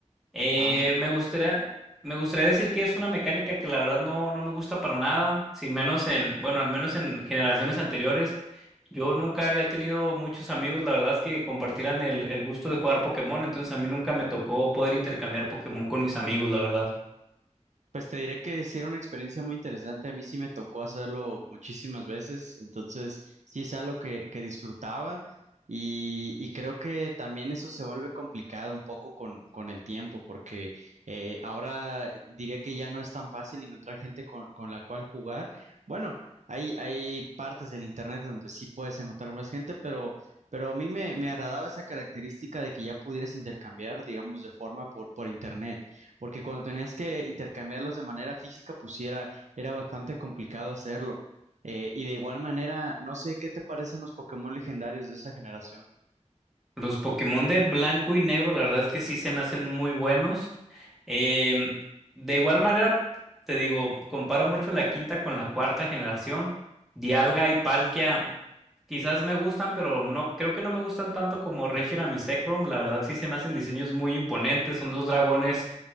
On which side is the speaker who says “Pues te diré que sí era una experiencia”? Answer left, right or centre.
Right